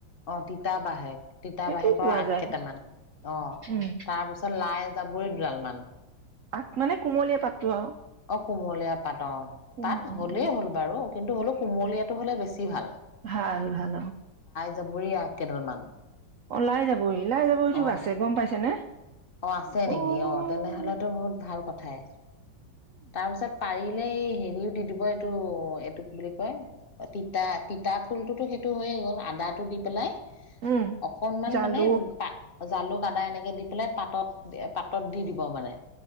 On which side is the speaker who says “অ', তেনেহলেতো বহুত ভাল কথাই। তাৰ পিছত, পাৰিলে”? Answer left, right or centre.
Left